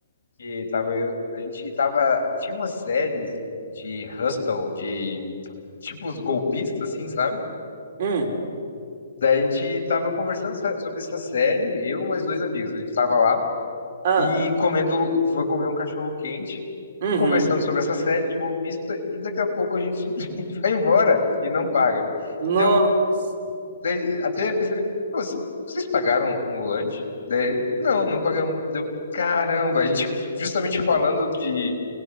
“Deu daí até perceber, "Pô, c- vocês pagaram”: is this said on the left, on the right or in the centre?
Left